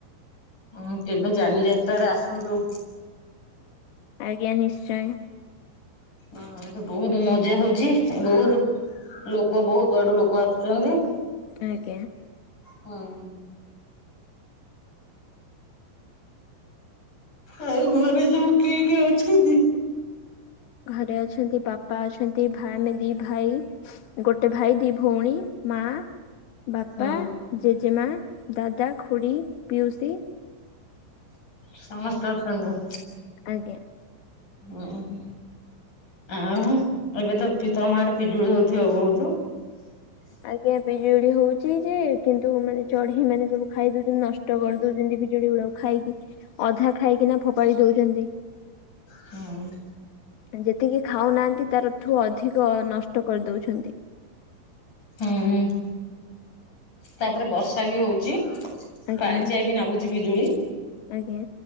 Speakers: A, on the left; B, on the left.
A: ହଁ କେବେ ଯାନିଯାତ୍ରାରେ ଆସନ୍ତୁ।
B: ଆଜ୍ଞା ନିଶ୍ଚୟ।
A: ହ ଏ ବୋହୁତ ମଜା ହୋଉଚି ଏ ବୋହୁତ। ଲୋକ ବୋହୁତ ଆଡୁ ଲୋକ ଆସୁଛନ୍ତି।
B: ଆଜ୍ଞା।
A: ହଁ। ଆଉ ଘରେ ସବୁ କିଏ କିଏ ଅଛନ୍ତି?
B: ଘରେ ଅଛନ୍ତି ବାପା ବାପା ଅଛନ୍ତି, ଭାଇ, ଆମେ ଦି ଭାଇ ଗୋଟେ ଭାଇ ଦି ଭଉଣୀ ମା ବାପା,
A: ହୁଁ
B: ଜେଜେମା, ଦାଦା, ଖୁଡ଼ି, ପିଉସୀ
A: ସମସ୍ତେ ଅଛନ୍ତି।
B: ଆଜ୍ଞା।
A: ହୁଁ ହ ଆଉ ଏବେ ତ ତମ ଆଡେ ପିଜୁଳି ହଉଥିବ ବହୁତ? ହ <unintelligible>
B: ଆଜ୍ଞା, ପିଜୁଳି ହଉଛି ଯେ- କିନ୍ତୁ ମାନେ ଚଢେଇ ମାନେ ସବୁ ଖାଇ ଦଉଛନ୍ତି, ନଷ୍ଟ କରିଦଉଛନ୍ତି ପିଜୁଳି ଗୁଡକୁ ଖାଇକି, ଅଧା ଖାଇକିନା ଫୋପାଡ଼ି ଦଉଛନ୍ତି।
A: ହୁଁ ଉଁ
B: ଯେତିକି ଖାଉନାହାନ୍ତି, ତାରଠୁ ଅଧିକ ନଷ୍ଟ କରିଦଉଛନ୍ତି।
A: ହୁଁ ତାପରେ ବର୍ଷା ବି ହଉଛି।
B: ଆଜ୍ଞା
A: ପାଣିଚିଆ ବି ନାଗୁଛି ବିଜୁଳି।
B: ଆଜ୍ଞା,